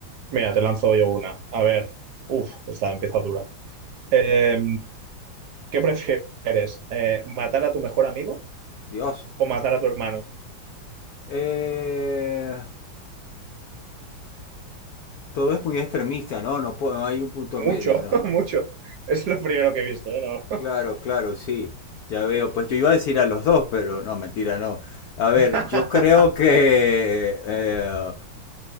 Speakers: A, on the right; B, on the left.
A: Mira, te lanzo yo una. A ver, uf, esta empieza dura. Eh, ¿qué prefieres? Eh, ¿matar a tu mejor amigo
B: Dios.
A: o matar a tu hermano?
B: Eh, Todo es muy extremista, ¿no? No, puedo- no hay un punto
A: Mucho,
B: medio, ¿no?
A: <laughs> mucho. Es lo primero que he visto, ¿eh? No.
B: Claro, claro, sí. Ya veo. Pues yo iba a decir a los dos, pero no, mentira, no. A ver,
A: <laughs>
B: yo creo que... eh,